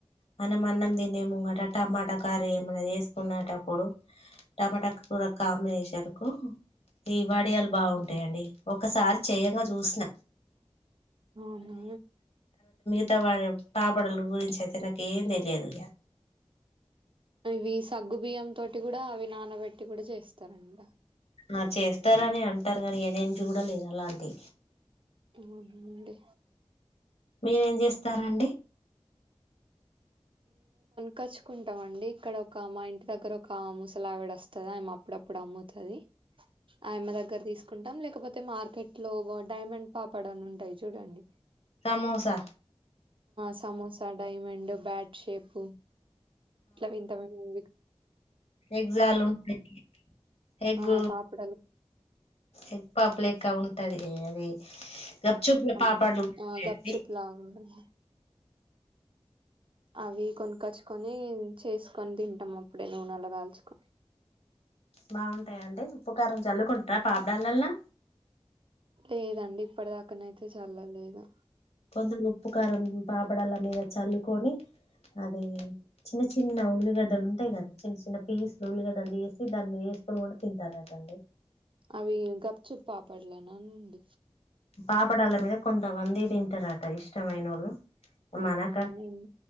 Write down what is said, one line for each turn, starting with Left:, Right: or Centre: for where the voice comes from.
Left: మనం అన్నం తినే ముంగట టమాటా కార ఏమన్నా వేసుకునేటప్పుడు టమాటా కూ కాంబినేషకు ఈవాడయాలు బాగుంటాయంండి ఒకసారి చెయంగా చూసిన
Right: ఆ హా
Left: పెంట వాడి పాపడలు గురించి అయితే నాక ఏం తెలియదు
Right: ఇవి సగ్గు బియ్యం తోటి కూడా అవి నానబెట్టి కూడా చేస్తారంట
Left: ఆ చేస్తారని అంటారు కా ని నేం చూడలేదు అలాంటి
Right: అవుందే
Left: మీరేం చేస్తారంండి
Right: కచ్చుకుంటాం అండి ఇక్కడ ఒక మా ఇంటి దగ్గర ఒక ముూసలావిడ వస్తుంది ఆయమె అప్పుడప్పుడు అమ్ముతుది ఆయమె దగ్గర తీసుకుంటాం లేకపోతే మార్కెట్ లో డైమండ్ పాపడ అని ఉంటాయి చూడండి
Left: samosa
Right: samosa diamond bat shape ఇట్ల ఇంతమంది
Left: ఎగ్ జాలు ఉంటాయి ఎగ్
Right: ఆ పాపడాలు
Left: ఎగ్ పాప్ లెక్క ఉంట్ ఉంటది ఏ అది గప్చుప్
Right: అవును
Left: పాపడ్లు ఉంటాయండి
Right: గప్ చుప్ లాగా వుంటది అవి కొనిక్కచ్చుకొని చేసుకొని తింటాం అప్పుడే నూనెలో కాల్చుకొని
Left: బాగుంటాయండి ఉప్పుకారం చల్లుకుంటార పాపడాలల్లా
Right: లేదండి ఇప్పటి దాక్కనయితే చల్లలేదు
Left: కొంచెం ఉప్పు కారం పాపడాల మీద చల్లుకొని అది ఉప్పు కారం పాపడాల మీద చల్లుకొని అది చిన్న చిన్న ఉల్లిగడ్డలు ఉంటాయి కదా చిన్న చిన్న పీసులు ఉల్లిగడ్డలు చేసి దాని మీద వేసుకొని కూడా తింటారట అండి
Right: అవి గప్ చుప్ పాపడలేనా అండి
Left: పాపడళ్ళ మీద కొంతమంది తింటారట ఇష్టమైన వ ళ్ళు
Right: అవునా
Left: మనక
Right: నేను